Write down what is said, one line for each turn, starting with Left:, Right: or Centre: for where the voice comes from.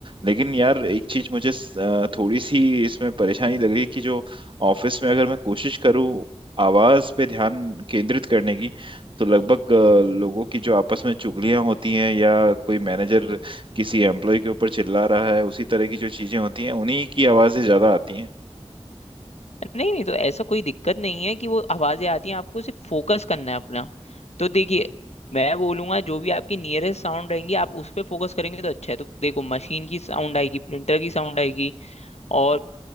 Right: लेकिन यार एक चीज मुझे स- अ, थोड़ी सी इसमें परेशानी लग रही है कि जो ऑफिस में अगर मैं कोशिश करूँ आवाज पे ध्यान केंद्रित करने की तो लगभग अ, लोगों की जो आपस में चुगलियां होती हैं या कोई मैनेजर किसी एम्प्लॉय के ऊपर चिल्ला रहा है उसी तरह की जो चीजें होती हैं उन्हीं की आवाजें ज्यादा आती हैं
Left: नहीं नहीं तो ऐसा कोई दिक्कत नहीं है कि वो आवाजें आती हैं आपको सिर्फ फोकस करना है अपना तो देखिए मैं बोलूंगा जो भी आपकी नियरेस्ट साउंड रहेंगी आप उस पर फोकस करेंगे तो अच्छा है तो देखो मशीन की साउंड आएगी प्रिंटर की साउंड आएगी और